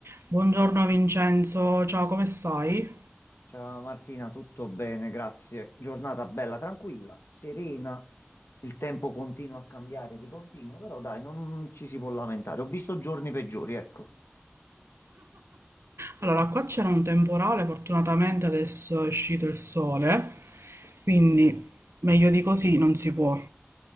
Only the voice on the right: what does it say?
Buongiorno Vincenzo, ciao, come stai?
Allora, qua c'era un temporale, fortunatamente adesso è uscito il sole, quindi meglio di così non si può.